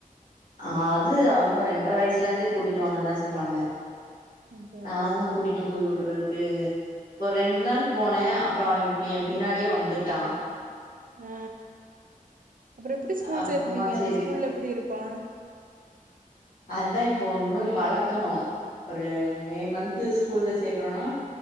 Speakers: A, on the left; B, on the right.
A: அ அது அவுங்க ரெண்ட்ர வயசுலந்தே கூட்டிட்டு வாங்கன்னு தா சொல்றாங்க
B: அதா
A: நான்
B: அதா
A: தா கூட்டிட் டு போய் வுடுறதுக்கு ஒரு ரெண்டு நாள் போனே அப்றோ ஏ என் பின்னாடியே வந்துட்டா
B: அ அப்றோ எப்டி ஸ்கூல்
A: அப்புறமா
B: சேத்துவீங்க
A: சேரி
B: ஸ்கூல்ல எப்புடி இருப்பா
A: அதா இப்போ ஒண்ணுமே பழக்கணு ஒரு மே மந்து ஸ்கூல்ல சேர்கனுனா